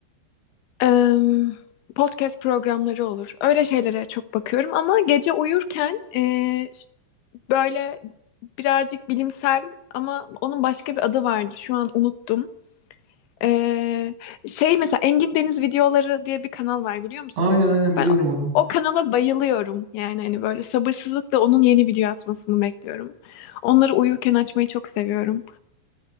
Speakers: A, on the left; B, on the right.
A: em, podcast programları olur. Öyle şeylere çok bakıyorum ama gece uyurken e, Böyle birazcık bilimsel ama onun başka bir adı vardı. Şu an unuttum. Ee, şey mesela Engin Deniz videoları diye bir kanal var biliyor musun
B: aynen
A: onu?
B: aynen biliyorum
A: Ben o,
B: onu.
A: o kanala bayılıyorum. Yani hani böyle sabırsızlıkla onun yeni video atmasını bekliyorum. Onları uyurken açmayı çok seviyorum.